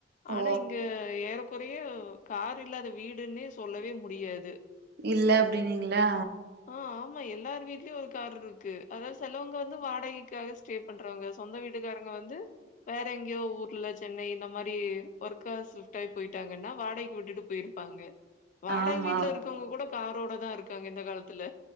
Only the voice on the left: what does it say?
ஆனா இங்க ஏற குறைய கார் இல்லாத வீடுன்னே சொல்லவே முடியாது
ஆ, ஆமா எல்லார் வீட்லயூ ஒரு கார் இருக்கு அதாவ்து செலவங்க வந்து வாடகைக்காக ஸ்டே பண்றவங்க சொந்த வீட்டுக்காரங்க வந்து வேற எங்கேயோ ஊர்ல சென்னை இந்த மாரி ஒர்க்கா ஸிஃப்ட் ஆயி போயிட்டாங்கன்னா வாடகை விட்டுட்டு போயிருப்பாங்க வாடக
வீட்டுல இருக்கவுங்க கூட காரோட தா இருக்காங்க இந்த காலத்துல